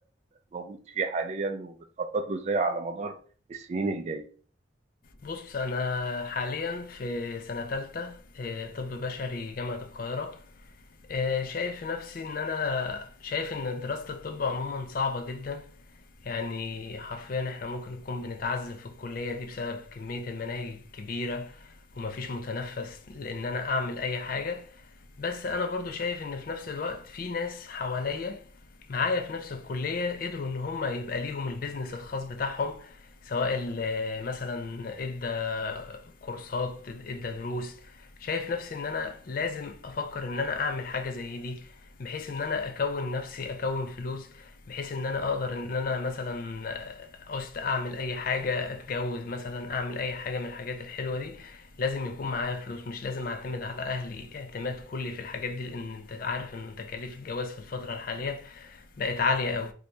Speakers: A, on the right; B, on the left.
A: موجود فيه حاليا وبتخطط له ازاي على مدار السنين الجايه
B: بص أنا حاليا في سنة تالتة آه، طب بشري جامعة القاهرة آه، شايف في نفسي ان انا شايف ان دراسة الطب عموما صعبة جدا يعني حرفيا احنا ممكن نكون بنتعذب في الكلية دي بسبب كمية المناهج الكبيرة ومفيش متنفس لان انا اعمل اي حاجة بس انا برضو شايف ان في نفس الوقت في ناس حواليا معايا في نفس الكلية قدروا ان هم يبقى ليهم البيزنس الخاص بتاعهم سواء ال- مثلا ادى كورسات ادى دروس شايف نفسي ان انا لازم افكر ان انا اعمل حاجة زي دي بحيث ان انا اكون نفسي اكون فلوس بحيث ان انا اقدر ان انا مثلا عوزت اعمل اي حاجة اتجوز مثلا اعمل اي حاجة من الحاجات الحلوة دي لازم يكون معايا فلوس مش لازم اعتمد على اهلي اعتماد كلي في الحاجات دي لان انت عارف ان تكاليف الجواز في الفترة الحالية بقت عالية قوي